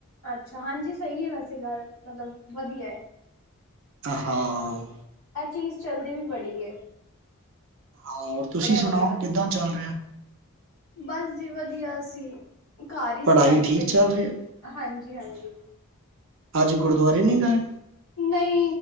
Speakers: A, on the left; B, on the right.
A: ਅੱਛਾ, ਹਾਂਜੀ ਸਈ ਏ ਵੈਸੇ ਗਾੱਲ ਮਤਲਬ ਵਦੀਐ।
B: ਹਾਂ-ਹਾਂ।
A: ਐ ਚੀਜ਼ ਚਲਦੀ ਵੀ ਬੜੀ ਏ।
B: ਹਾਂ ਔਰ ਤੁਸੀ ਸੁਣਾਓ
A: ਵਗੈਰਾ
B: ਕਿੱਦਾਂ
A: ਤੇ।
B: ਚੱਲ ਰੇਐ?
A: ਬਸ ਜੀ ਵਦੀਆ ਸੀ, ਘਾਰ ਈ
B: ਪੜ੍ਹਾਈ
A: ਸੀ ਅੱਜ
B: ਠੀਕ
A: ਤੇ,
B: ਚੱਲ ਰਹੀ ਹੈ
A: ਹਾਂਜੀ-ਹਾਂਜੀ।
B: ਅਜ ਗੁਰਦੁਆਰੇ ਨੀ ਗਏ?
A: ਨਈ